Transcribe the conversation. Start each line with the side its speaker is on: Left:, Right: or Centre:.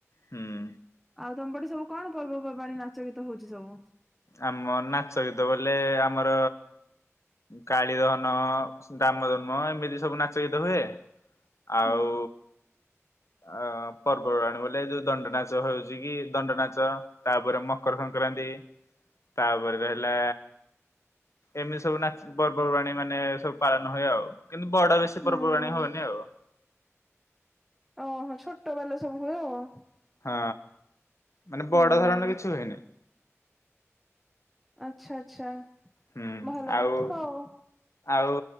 Left: ହୁଁ।
Centre: ଆଉ ତମପଟେ ସବୁ କଣ ପର୍ବପର୍ବାଣି ନାଚ ଗୀତ ହଉଛି ସବୁ।
Left: ଆମ ନାଚ ଗୀତ ବୋଲେ ଆ ଆମର କାଳିଦହନ ରାମ ଧନ୍ମ ଏମିତି ସବୁ ନାଚ ଗୀତ ହୁଏ। <inaudible> ଆଉ
Centre: ହୁଁ
Left: ଅ ପର୍ବରୁ ଆଣ ବଲେ ଏ ଯୋଉ ଦଣ୍ଡନାଚ ହଉଛି କି ଦଣ୍ଡନାଚ ତାପରେ ମକର ସଂ ସଂକ୍ରାନ୍ତି ତାପରେ ରହିଲା ଏମିତି ସବୁ ନାଚ ପର୍ବପର୍ବାଣୀ ମାନେ ସବୁ ପାଳନ ହୁଏ ଆଉ। କିନ୍ତୁ ବଡା ବେଶୀ
Centre: ହୁଁ।
Left: ପର୍ବପର୍ବାଣି ହୁନି ଆଉ।
Centre: ଓହୋ ଛୋଟ ବାଲା ସବୁ ହୁଏ ଆଉ।
Left: ହଁ। ମାନେ
Centre: ହୁଁ
Left: ବଡ ଧରଣ କିଛି ହୁଏନି।
Centre: ଆଛା ଆଛା।
Left: ହୁଁ
Centre: ଭଲ
Left: ଆଉ
Centre: କଥା ହଉ।
Left: ଆଉ